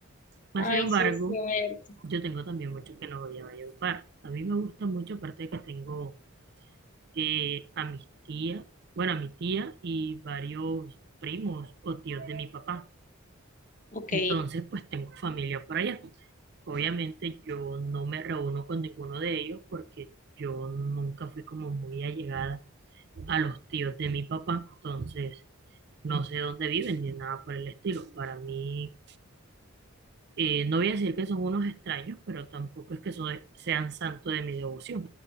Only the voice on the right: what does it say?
Más sin embargo,
yo tengo también mucho que no voy a Valledupar. A mí me gusta mucho, aparte de que tengo eh, a mis tías, bueno, a mi tía y varios primos o tíos de mi papá.
Entonces, pues tengo familia por allá. Obviamente yo no me reúno con ninguno de ellos porque yo nunca fui como muy allegada a los tíos de mi papá. Entonces, no sé dónde viven ni nada por el estilo. Para mí, eh, no voy a decir que son unos extraños, pero tampoco es que so- sean santo de mi devoción.